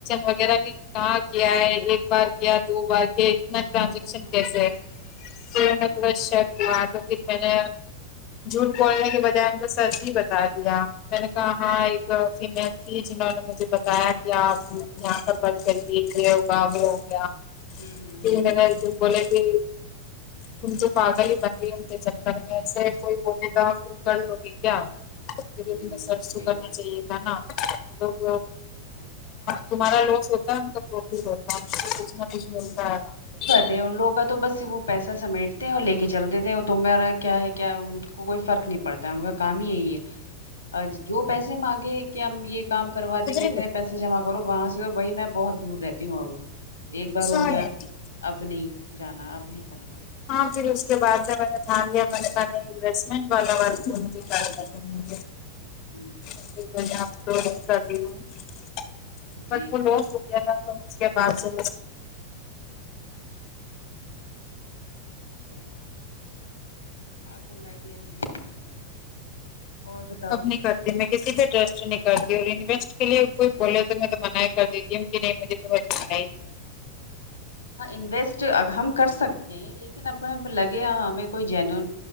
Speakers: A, on the left (about 40°); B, on the left (about 75°).
A: وغیرہ بھی کہاں کیا ہے ایک بار کیا دو بار کیا اتنا ٹرانزیکشن کیسا ہے
B: ہاں ہاں
A: <unintelligible> تو پھر میں نے جھوٹ بولنے کے بجائے کو سچ ہی بتا دیا میں نے کہا ہاں آ
B: اچھا
A: ہاں
B: اچھا
A: جی کی جنہوں نے مجھے بتایا کہ آپ یہاں پر بند کریے یہ ہوگا وہ ہو گیا
B: ہوں ہوں
A: جی
B: ہوں
A: میں نے جی بولے کہ تم تو پاگل ہی بن گ ان چکر میں ایسے کوئی بولے گا تم کر لو گے کیا <unintelligible>
B: ہوں
A: تو
B: صحیح
A: کرنا
B: بات
A: چاہیے
B: ہے
A: لوگ
B: ہاں
A: تمہارا لوگ ہوتا کچھ نہ کچھ ملتا ہے سے
B: تو ان لوگوں کا تو بس وہ پیسہ سمیٹتے ہیں اور لے کے چل دیتے ہیں تہا کیا ہے کیا کو کوئی فرق نہیں پڑتا ہے ان کا کام ہی یہی ہے جو پیسے مانگے کہ ہم یہ کام کروا دیں
A: خدرے
B: گے اتنے
A: ب
B: پیسے جمع کرو وہاں سے تو بھائی میں بہت دور رہتی ہوں اب ایک بار
A: ساڑ
B: ہو گیا اب نہیں جانا اب نہیں کرنا یہ
A: ہاں پھر اس کے بعد جی میں نے دھیان دیا میں نے انوسٹمنٹ والا ہوں
B: ہوں ہوں
A: <unintelligible> <unintelligible>
B: جی جی
A: اس کے بعد سا
B: جی ہاں تو میں بھی اب نہیں کرتی اور بتاؤ
A: اب نہیں کرتی میں کسی پہ ٹرسٹ نہیں کرتی اور انویسٹ کے لیے کوئی بولے تو میں تو منع ہی کر دیتی ہوں کہ نہیں مجھے نہیں
B: ہاں انویسٹ ا ہم کر سکتے ہیں لیکن اب ہمیں لگے ہمیں کوئی جینون